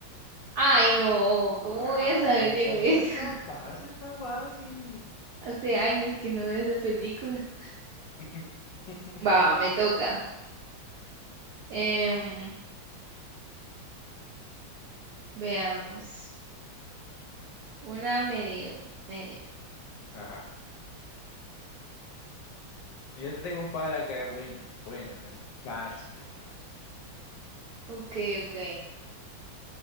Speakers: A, on the right (about 80°); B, on the left (about 70°).
A: Ay, no, ¿cómo
B: Ay,
A: voy a saber yo eso?
B: esa estaba
A: <laughs>
B: fácil, estaba fácil.
A: Hace años que no veo esa película.
B: <laughs>
A: Va, me toca. Em, veamos. Una medio, medio.
B: Ajá. Ya te tengo un par acá, buena, buena, mira. Fácil eso.
A: Ok, ok.